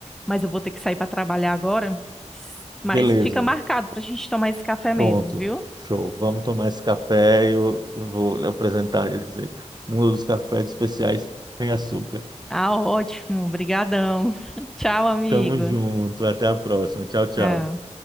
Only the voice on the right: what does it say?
Beleza,
pronto.
Show. Vamos tomar esse café. Eu vou lhe apresentar esse um dos cafés especiais sem açúcar.
Tamo junto. Até a próxima. Tchau, tchau.